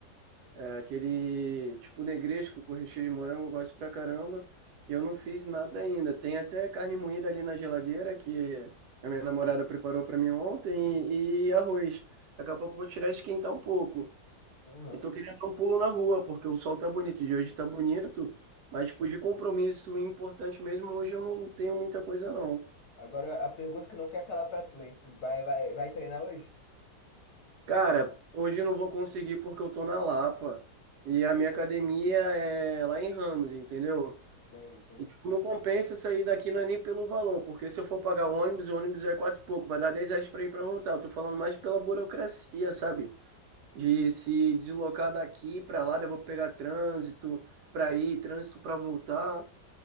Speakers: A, on the right; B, on the left.
A: é, aquele tipo negresco com recheio de morango, eu gosto pra caramba. E eu não fiz nada ainda. Tem até carne moída ali na geladeira que a minha namorada preparou pra mim ontem e, e arroz. Daqui a pouco eu vou tirar e esquentar um pouco.
B: Uhum.
A: E tô querendo dar um pulo na rua, porque o sol tá bonito, de hoje tá bonito, mas tipo, de compromisso importante mesmo, hoje eu não tenho muita coisa não.
B: Agora, a pergunta que não quer calar pra tu, hein? Tu vai, vai, vai treinar hoje?
A: Cara, hoje eu não vou conseguir porque eu tô na Lapa e a
B: Uhum.
A: minha academia é lá em Ramos, entendeu?
B: Sei, sei.
A: E tipo, não compensa sair daqui não é nem pelo valor, porque se eu for pagar o ônibus, o ônibus é quatro e pouco, vai dar 10 reais pra ir pra voltar. Eu tô falando mais pela burocracia, sabe? De se deslocar daqui pra lá, daí eu vou pegar trânsito pra ir, trânsito pra voltar.